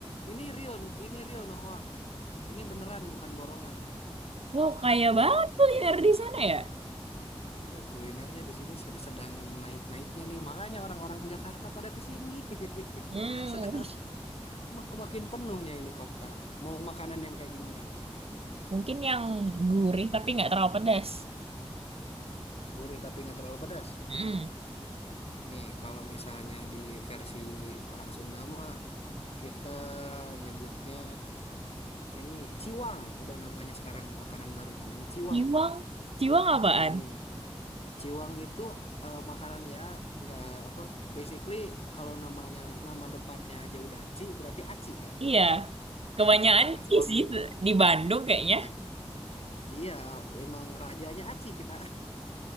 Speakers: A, on the left; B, on the right.
A: Ini real, ini real no hoax. Ini beneran bukan borongan.
B: Oh, kaya banget kuliner di sana ya?
A: Iya, kulinernya di sini sed- sedang naik-naiknya nih. Makanya orang-orang Jakarta pada ke sini. <laughs>
B: Hmm,
A: Sekarang mak- makin penuhnya ini kota. Mau makanan yang kayak gimana nih?
B: mungkin yang gurih tapi nggak terlalu pedas.
A: Gurih tapi nggak terlalu pedas.
B: Hmm.
A: Nih, kalau misalnya di versi orang Sunda mah kita nyebutnya ini ciwang. Ada namanya sekarang makanan baru namanya ciwang.
B: Ciwang, ciwang apaan?
A: Mm-mm. Ciwang itu eh, makanan ya nggak apa basically kalau namanya nama depannya aja udah ci berarti aci kan.
B: Iya, kebanyakan
A: Nah,
B: ci
A: wang
B: sih di Bandung kayaknya.
A: nah iya emang rajanya aci kita.